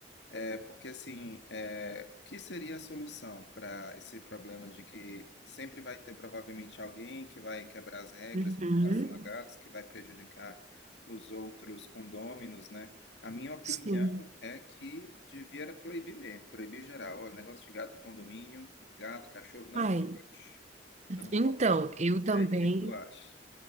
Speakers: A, on the left (about 75°); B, on the right (about 40°).
A: É, porque assim, é, o que seria a solução para esse problema de que sempre vai ter provavelmente alguém que vai quebrar as regras
B: Uhum.
A: com relação a gatos, que vai prejudicar os outros condôminos, né? A minha opinião
B: Sim.
A: é que devia era proibir mesmo, proibir geral. Olha, negócio de gato em condomínio, gato, cachorro, não
B: Ai.
A: pode, não
B: Então,
A: pode.
B: eu também.
A: E aí, o que que tu acha?